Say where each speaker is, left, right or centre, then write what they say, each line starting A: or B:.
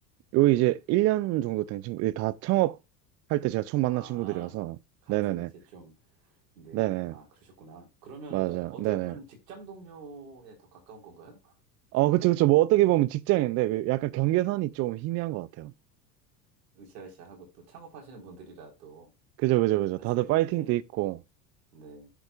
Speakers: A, on the right; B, on the right.
A: 요 이제 1년 정도 된 친구, 이다 창업할 때 제가 처음 만난
B: 아,
A: 친구들이어서,
B: 같은
A: 네네네.
B: 이제 좀, 네네.
A: 네네.
B: 아, 그러셨구나. 그러면
A: 맞아.
B: 또 어떻게
A: 네네.
B: 보면 직장 동료에 더 가까운 건가요?
A: 어, 그쵸, 그쵸. 뭐, 어떻게 보면 직장인데, 그 약간 경계선이 좀 희미한 것 같아요.
B: 으쌰으쌰하고 또 창업하시는 분들이라 또
A: 그죠, 그죠, 그죠.
B: 사실,
A: 다들 파이팅도
B: 네,
A: 있고.
B: 네.